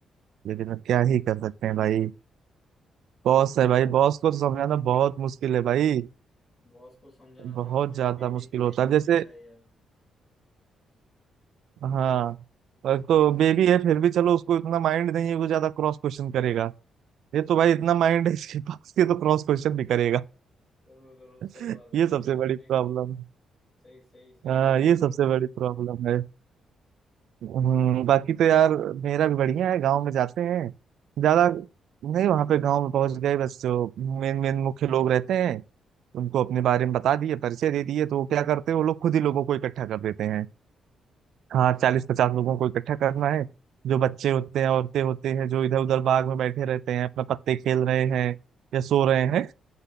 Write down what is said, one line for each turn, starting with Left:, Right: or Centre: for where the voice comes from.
Right: लेकिन अब क्या ही कर सकते हैं भाई बॉस
Left: हाँ ना
Right: है भाई
Left: यार
Right: बॉस को तो समझाना बहुत मुश्किल है भाई
Left: बॉस को समझाना रहा
Right: बहुत
Left: तो एक
Right: ज्यादा
Left: बीबी
Right: मुश्किल
Left: के जैसा
Right: होता है जैसे
Left: वैसा है यार
Right: हाँ पर तो बेबी है फिर भी चलो उसको इतना माइंड नहीं है वो ज्यादा क्रॉस क्वेश्चन करेगा ये तो भाई इतना माइंड है इसके पास कि तो क्रॉस क्वेश्चन भी करेगा
Left: जरूर जरूर
Right: <laughs>
Left: सही बात
Right: ये
Left: बोली
Right: सबसे
Left: भाई
Right: बड़ी
Left: आपने
Right: प्रॉब्लम
Left: सही सही सही
Right: हाँ
Left: बोला
Right: ये
Left: आपने
Right: सबसे बड़ी प्रॉब्लम है हम्म, बाकी तो यार मेरा भी बढ़िया है गांव में जाते हैं ज्यादा नहीं वहां पे गांव में पहुंच गए बस जो मेन मेन मुख्य लोग रहते हैं उनको अपने बारे में बता दिए परिचय दे दिए तो वो क्या करते हैं वो लोग खुद ही लोगों को इकट्ठा कर देते हैं हाँ चालीस पचास लोगों को इकट्ठा करना है जो बच्चे होते हैं औरतें होते हैं जो इधर उधर बाग में बैठे रहते हैं अपना पत्ते खेल रहे हैं या सो रहे हैं